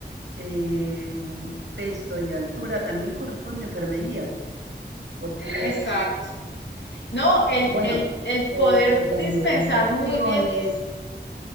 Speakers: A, on the right; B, on the left.
A: eh, peso y altura, también corresponde a enfermería, porque,
B: Exacto. No, el,
A: bueno,
B: el, el
A: eh,
B: poder
A: las
B: dispensar
A: nebulizaciones,
B: muy bien,